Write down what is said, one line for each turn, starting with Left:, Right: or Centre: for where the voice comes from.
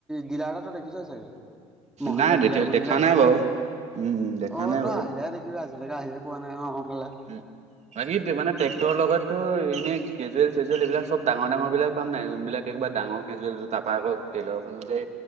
Centre: ডিলাৰ এটাটো দেখিছ চাগে মহেন্দ্ৰ
Right: নাই তেতিয়া
Centre: দলাৰ বুলি
Right: দেখা
Centre: যে আছে
Right: নাই
Centre: যে
Right: বাৰু উম উম দেখা
Centre: অ
Right: নাই
Centre: তই
Right: বাৰু
Centre: আহিলেহে দেখিবি আজি এতিকে আহিয়ে পোৱা নাই অ ফালে
Right: উ বাকী মানে ট্ৰেক্টৰৰ লগত ত' এনেই কেজুৱেল চেজুৱেল এইবিলাক চব ডাঙৰ ডাঙৰ বিলাক পাম নাই যোনবিলাক একবাৰ ডাঙৰ কেজুৱেল তাপৰা আকৌ টেইলৰ খনো যে